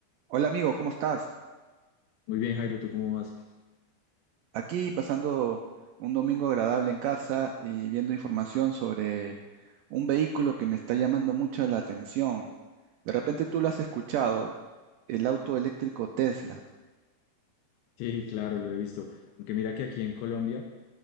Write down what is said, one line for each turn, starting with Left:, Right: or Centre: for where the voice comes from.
Right: Hola amigo, ¿cómo estás?
Left: Muy bien, Jairo, ¿tú cómo vas? <laughs>
Right: Aquí pasando un domingo agradable en casa y viendo información sobre un vehículo que me está llamando mucho la atención. De repente tú lo has escuchado, el auto eléctrico Tesla.
Left: Sí, claro, lo he visto. Aunque mira que aquí en Colombia